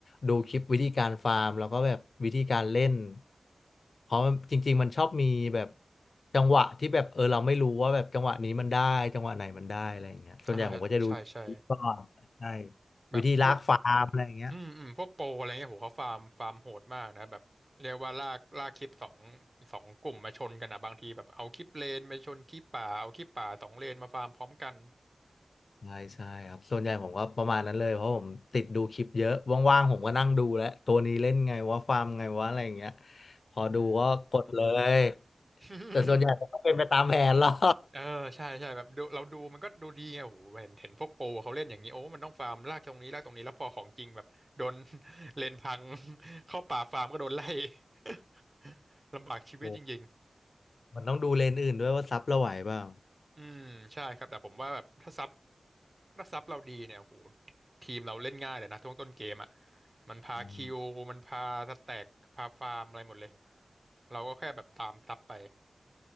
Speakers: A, on the left; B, on the right.
A: ดูคลิปวิธีการฟาร์มแล้วก็แบบวิธีการเล่นเพราะมันจริงๆมันชอบมีแบบจังหวะที่แบบเออเราไม่รู้ว่าแบบจังหวะนี้มันได้จังหวะไหนมันได้อะไรอย่างเงี้ยส่วนใหญ่ผมก็จะดูคลิปก่อนใช่
B: อ่าใช่ใช่แบบพวก
A: วิธีลามอะไรอย่างเงี้ย
B: อืมอืมพวกโปรอะไรเงี้ยโหเขาฟาร์มฟาร์มโหดมากนะแบบเรียกว่าลากลากคลิปสองสองกลุ่มมาชนกันอะบางทีแบบเอาคลิปเลนไปชนคลิปป่าเอาคลิปป่าสองเลนมาฟาร์มพร้อมกัน
A: ใช่ใช่ครับส่วนใหญ่ผมก็ประมาณนั้นเลยเพราะผมติดดูคลิปเยอะว่างๆผมก็นั่งดูแล้วตัวนี้เล่นไงว่าฟาร์มไงว่าอะไรอย่างเงี้ยพอดูก็กดเลย
B: อืม <laughs>
A: แต่ส่วนใหญ่มันก็เป็นไปตามแผนหรอก
B: เออใช่ใช่แบบดูเราดูมันก็ดูดีไงโโหเห็นเห็นพวกโปรเขาเล่นอย่างนี้โอ้มันต้องฟาร์มลากตรงนี้ลากตรงนี้แล้วพอของจริงแบบโดน <laughs> เลนพัง <laughs> เข้าป่าฟาร์มก็โดนไล่ <laughs> ลำบากชีวิตจริง
A: โอ้มันต้องดูเลนส์อื่นด้วยว่าซับเราไหวเปล่า
B: อืมใช่ครับแต่ผมว่าแบบถ้าซับถ้าซับเราดีเนี่ยโหทีมเราเล่นง่ายเลยนะช่วงต้นเกมอ่ะมันพาคิวมันพาสแต็กพาฟาร์มอะไรหมดเลย
A: อืม
B: เราก็แค่แบบตามซับไป